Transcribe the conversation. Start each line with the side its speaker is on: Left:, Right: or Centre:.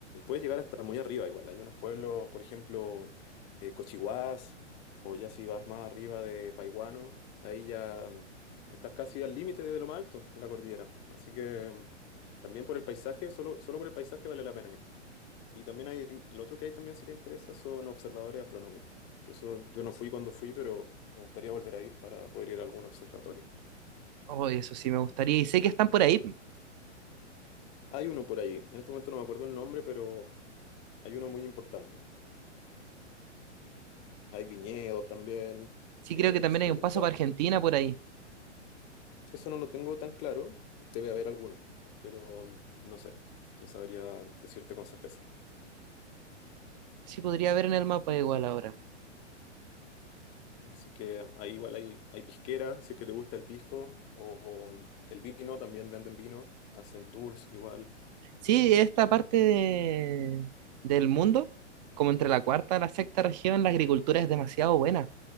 Left: puedes llegar hasta muy arriba igual. Hay unos pueblos, por ejemplo, eh, Cochihuás, o ya si vas más arriba de Paihuano, ahí ya mm, estás casi al límite de lo más alto de la cordillera. Así que mm, también por el paisaje, solo, solo por el paisaje vale la pena ir. Y también hay, lo otro que hay también si te interesa son observadores astronómicos, que eso yo no fui cuando fui, pero me gustaría volver a ir para poder ir a algún observatorio.
Right: Oh, eso sí me gustaría. Y sé que están por ahí.
Left: Hay uno por ahí, en este momento no me acuerdo el nombre, pero hay uno muy importante. Hay viñedos también,
Right: Sí,
Left: eh,
Right: creo que también
Left: si
Right: hay
Left: te
Right: un
Left: gusta.
Right: paso para Argentina por ahí.
Left: Eso no lo tengo tan claro, debe haber alguno, pero no sé, no sabría decirte con certeza.
Right: Sí, podría ver en el mapa igual ahora.
Left: Así que ahí igual hay, hay pisquera, si es que te gusta el pisco, o, o el vino, también venden vino, hacen tours igual.
Right: Sí, esta parte de- del mundo, como entre la cuarta y la sexta región, la agricultura es demasiado buena.